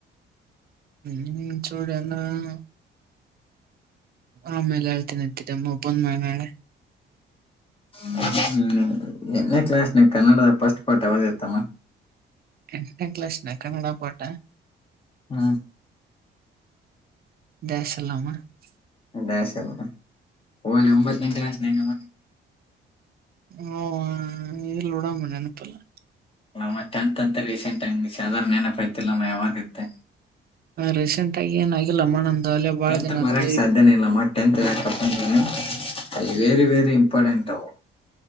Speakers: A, on the right; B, on the left.
A: ಹ್ಮ್ <unintelligible> ಆಮೇಲೆ ಹೇಳ್ತೀನ ಅಂತೀರಿಮ್ಮ ಬಂದ್ಮೇಲೆ ಹೇಳಿ
B: ಹ್ಮ ಎಂಟನೇ ಕ್ಲಾಸ್ನ ಕನ್ನಡದ ಫಸ್ಟ್ ಪಾಠ ಯಾವದ ಇತ್ತಮ್ಮ.
A: ಎಂಟನೇ ಕ್ಲಾಸ್ಮೇನಗ ಕನ್ನಡ ಪಾಠ.
B: ಹ್ಮ
A: <unintelligible>
B: ಡ್ಯಾಶ ಎ ಓಲ್ಲ ಒಂಬತ್ತನೇ ಕ್ಲಾಸ್ನ <unintelligible>
A: ಹ ಇಲ್ಲಿ ನಡಂಬ <unintelligible> ನೆನಪಲ್ಲ
B: ಅಮ್ಮ ಟೆಂತ್ ಅಂತ ರೀಸೆಂಟ ಆ <unintelligible> ಯಾರ ನೆನಪ ಇರ್ತಿಲ್ಲಮ್ಮ ಯಾವಾಗತ್ತೆ
A: ರೀಸೆಂಟ್ ಆಗಿ ಏನ ಆಗಿಲ್ಲಮ್ಮ ನಂದು ಅಲ್ಲೇ ಬಾಳ
B: ಟೆಂತ
A: ದಿನ
B: ಮರಿಯಾಕ್
A: ಆತ
B: ಸಾಧ್ಯನೇ ಇಲ್ಲ ಮತ್ತೆ ಪ್ದು <unintelligible> ವೆರಿ -ವೆರಿ ಇಂಪಾರ್ಟೆಂಟ್ ಅವು